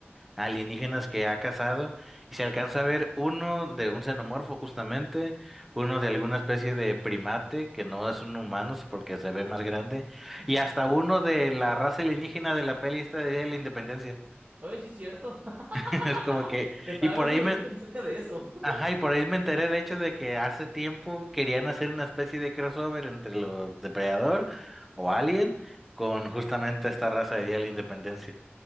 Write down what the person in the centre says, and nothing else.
alienígenas que ha cazado y se alcanza a ver uno de un xenomorfo justamente, uno de alguna especie de primate que no es un humano porque se ve más grande
y hasta uno de la raza alienígena de la peli esta de Día de la Independencia.
<laughs> Es como que,
y por
ahí
me,
Ajá, y por ahí me enteré de hecho de que hace tiempo querían hacer una especie de crossover entre los Depredador o Alien con justamente esta raza de Día de la Independencia.